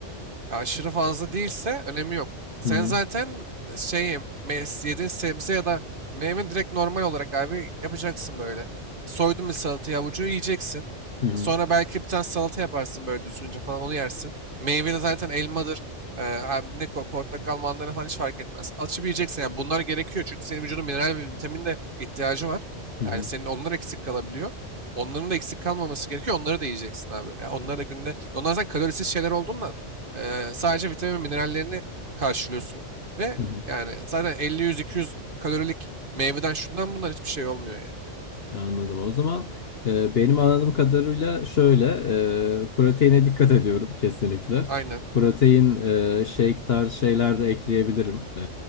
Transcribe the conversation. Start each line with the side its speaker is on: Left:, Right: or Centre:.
Right: E, aşırı fazla değilse önemi yok. Sen
Left: Hı hı,
Right: zaten e, şey mes- yediğin sebze ya da meyve direkt normal olarak abi yapacaksın böyle. Soydun bir salatayı avucu yiyeceksin.
Left: hı hı,
Right: E, Sonra belki bir tane salata yaparsın böyle düzgünce falan onu yersin. Meyve de zaten elmadır. E, abi ne ko- portakal, mandalina falan hiç fark etmez. Açıp yiyeceksin yani bunlar gerekiyor çünkü senin vücudun mineral ve vitamin de ihtiyacı var.
Left: hı
Right: Yani
Left: hı,
Right: senin onlar eksik kalabiliyor. Onların da eksik kalmaması gerekiyor. Onları da yiyeceksin abi. Yani onları da günde... Onlar zaten kalorisiz şeyler olduğundan Eee, sadece vitamin ve minerallerini karşılıyorsun. Ve
Left: hı hı.
Right: yani zaten 50-100-200 kalorilik meyveden şundan bundan hiçbir şey olmuyor yani.
Left: Anladım. O zaman e, benim anladığım kadarıyla şöyle e, proteine dikkat ediyorum kesinlikle.
Right: Aynen.
Left: Protein e, shake tarzı şeyler de ekleyebilirim e,